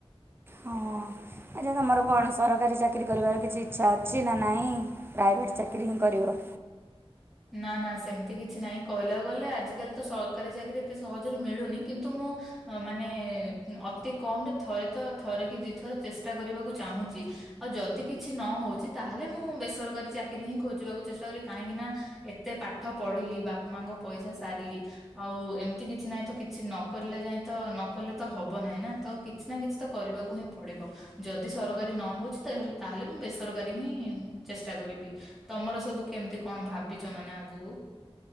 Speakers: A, on the right; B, in the centre.
A: ହଁ ଆଚ୍ଛା ତମର କଣ ସରକାରୀ ଚାକିରି କରିବାର କିଛି ଇଚ୍ଛା ଅଛି ନା ନାଇଁ? ପ୍ରାଇଭେଟ୍ ଚାକିରି ହିଁ କରିବ।
B: ନା ନା ସେମିତି କିଛି ନାହିଁ କହିଲାକୁ ଗଲେ ଆଜିକାଲି ତ ସରକାରୀ ଚାକିରି ଏତେ ସହଜରେ ମିଳୁନି କିନ୍ତୁ ମୁଁ ମାନେ ଅତି କମ୍ ରେ ଥରେ ତ ଥରେ କି ଦି ଥର ଚେଷ୍ଟା କରିବାକୁ ଚାହୁଁଚି। ଆଉ ଯଦି କିଛି ନ ହୋଉଚି ତାହେଲେ ମୁଁ ବେସରକାରୀ ଚାକିରି ହିଁ ଖୋଜିବାକୁ ଚେଷ୍ଟା କରି କାହିଁକିନା ଏତେ ପାଠ ପଢିଲି ବାପା ମାଙ୍କ ପଇସା ସାରିଲି। ଆଉ ଏମତି କିଛି ନାହିଁ ତ କିଛି ନକରିଲା ଯାଏଁ ତ ନକଲେ ତ ହବ ନାହିଁ ନା ତ କି କିଛି ନା କିଛି ତ କରିବାକୁ ହିଁ ପଡ଼ିବ। ଯଦି ସରକାରୀ ନ ହୋଉଚି ତାହାଲ୍ ତାହେଲେ ମୁଁ ବେସରକାରୀ ହିଁ ଉଁ ଚେଷ୍ଟା କରିବି। ତମର ସବୁ କେମତି କଣ ଭାବିଚ ମାନେ ଆଗକୁ